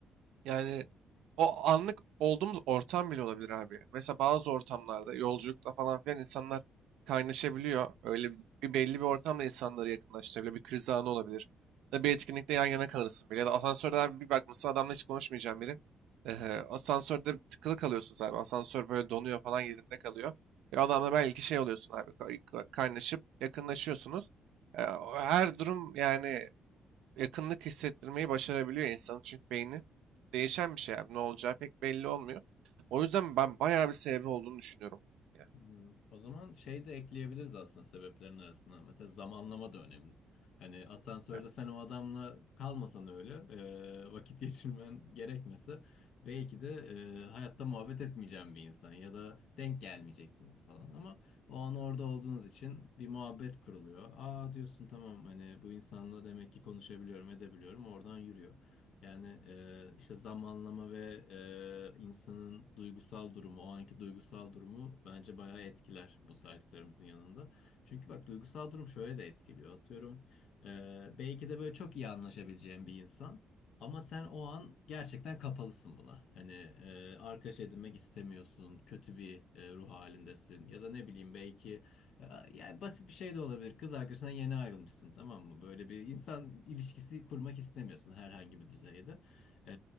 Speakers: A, on the right; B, on the left.
A: Yani o anlık olduğumuz ortam bile olabilir abi. Mesela bazı ortamlarda yolculukta falan filan insanlar kaynaşabiliyor. Öyle bir belli bir ortamda insanları yakınlaştırabiliyor. Bir kriz anı olabilir. Ya da bir etkinlikte yan yana kalırsın bile. Ya da asansörde abi bir bakmışsın adamla hiç konuşmayacağım biri. Ehe, asansörde tıkılı kalıyorsun abi. Asansör böyle donuyor falan yerinde kalıyor. Ve adamla belki şey oluyorsun abi. kay- kay- Kaynaşıp yakınlaşıyorsunuz. E, o Her durum yani yakınlık hissettirmeyi başarabiliyor insanı. Çünkü beyni değişen bir şey abi. Ne olacağı pek belli olmuyor. O yüzden ben bayağı bir sebebi olduğunu düşünüyorum. Ya.
B: Hmm, O zaman şey de ekleyebiliriz aslında sebeplerin arasına. Mesela zamanlama da önemli. Hani asansörde
A: Ya.
B: sen o adamla kalmasan öyle, e, vakit <laughs> geçirmen gerekmese belki de e, hayatta muhabbet etmeyeceğin bir insan ya da denk gelmeyeceksiniz falan ama o an orada olduğunuz için bir muhabbet kuruluyor. Aa diyorsun tamam hani bu insanla demek ki konuşabiliyorum, edebiliyorum. Oradan yürüyor. Yani e, işte zamanlama ve e, insanın duygusal durumu, o anki duygusal durumu bence bayağı etkiler bu saydıklarımızın yanında. Çünkü bak duygusal durum şöyle de etkiliyor. Atıyorum e, belki de böyle çok iyi anlaşabileceğin bir insan ama sen o an gerçekten kapalısın buna. Hani e, arkadaş edinmek istemiyorsun, kötü bir e, ruh halindesin ya da ne bileyim belki ya- Yani basit bir şey de olabilir. Kız arkadaşından yeni ayrılmışsın tamam mı? Böyle bir insan ilişkisi kurmak istemiyorsun herhangi bir düzeyde. Ee,